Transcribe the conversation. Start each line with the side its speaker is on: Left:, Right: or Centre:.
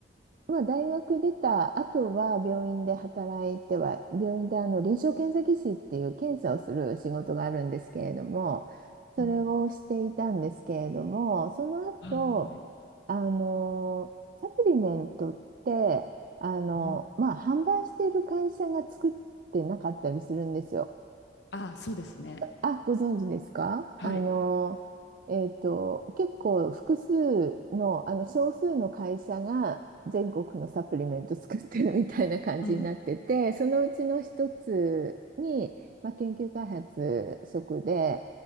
Right: まあ、大学出た後は病院で働いては、病院であの臨床検査技師っていう検査をする仕事があるんですけれども、それをしていたんですけれども、
Left: うん
Right: その後、
Left: はい。
Right: あの、サプリメントって、あの、
Left: うん
Right: まあ、販売している会社が作ってなかったりするんですよ。
Left: あ、そうですね。
Right: あ、ご存知ですかあの、
Left: はい。
Right: えっと、結構複数の、あの、少数の会社が全国のサプリメント作ってるみたいな感じになってて、
Left: うん。
Right: そのうちの一つに、まあ、研究開発職で